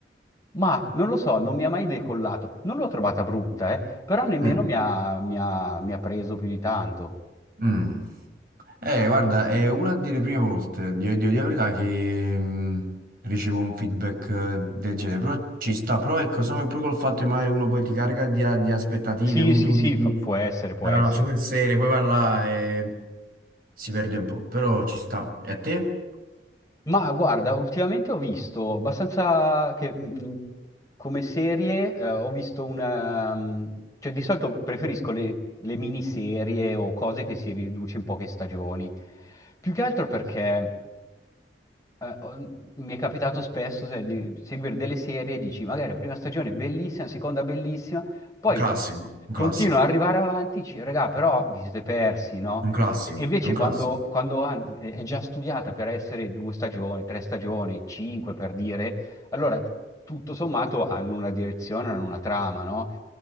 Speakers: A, on the left (about 20°); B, on the right (about 50°).
A: ma non lo so, non mi ha mai decollato, non l'ho trovata brutta, eh, però nemmeno
B: Mm.
A: mi ha, mi ha mi ha preso più di tanto.
B: Mm. Eh, guarda, è una delle prime volte, devo dire la verità, che mh, ricevo un feedback eh, del genere, però ci sta, però ecco, secondo me pure col fatto che magari uno poi ti carica di, a- di aspettative,
A: Sì,
B: quindi
A: sì,
B: tu
A: sì,
B: dici,
A: fa- può essere, può
B: sarà
A: essere.
B: una super serie, poi va là e si perde un po', però ci sta. E a te?
A: Ma guarda, ultimamente ho visto abbastanza che, mh, come serie, eh, ho visto una... mh, cioè di solito preferisco le, le miniserie o cose che si riduce in poche stagioni. Più che altro perché eh, ho- mi è capitato spesso se- di seguire delle serie e dici, magari la prima stagione è bellissima, la seconda bellissima, poi
B: Un classico, un
A: continuano
B: classico,
A: ad arrivare avanti, dici, raga, però vi siete persi, no?
B: un classico,
A: E invece
B: è un classico.
A: quando, quando han- è è già studiata per essere due stagioni, tre stagioni, cinque per dire, allora, tutto sommato hanno una direzione, hanno una trama, no?